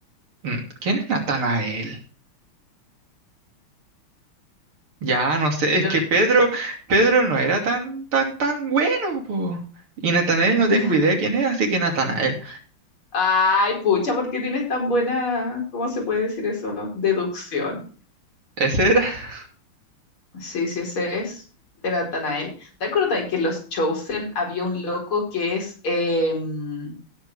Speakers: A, on the right; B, on the left.
A: mm, ¿Quién es Natanael? Ya no sé, es
B: Yo
A: que Pedro, Pedro no era tan, tan, tan bueno, po. Y Natanael
B: de-
A: no tengo
B: <laughs>
A: idea quién es, así que Natanael.
B: Ay, pucha, ¿por qué tienes tan buena, ¿cómo se puede decir eso? Deducción.
A: ¿Ese era? <laughs>
B: Sí, sí, ese es. De Natanael. ¿Te acuerdas que en los Chosen había un loco que es, em,